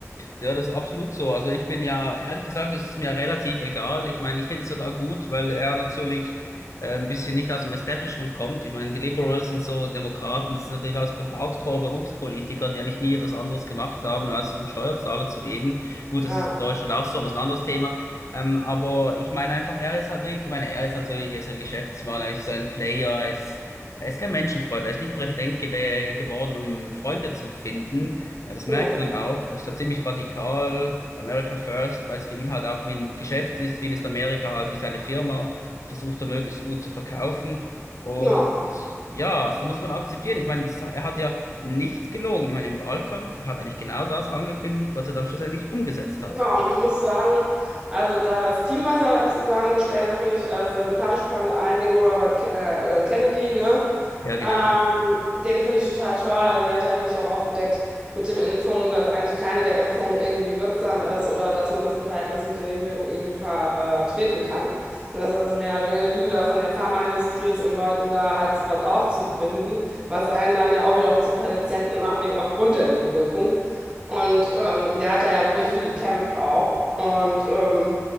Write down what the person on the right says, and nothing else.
Ja,
ne,
genau.
Genau, und ich muss sagen, also da das Team, was er da zusammengestellt hat, finde ich äh, sehr sympathisch, vor allen Dingen Robert Ke äh, äh, Kennedy, ne?
Ähm, den finde ich total toll. Also der hat ja wirklich auch aufgedeckt mit den Impfungen, dass eigentlich keine der Impfungen irgendwie wirksam ist oder dass man das im Verhältnis mit den Nebenwirkungen irgendwie vertreten kann. Und dass das mehr oder weniger eine Lüge da von der Pharmaindustrie ist, um Leuten da halt sowas aufzubinden, was einen dann ja auch wiederum zum Patienten macht, wegen aufgrund der Nebenwirkungen. Und ähm, der hat da ja wirklich für gekämpft auch. Und ähm,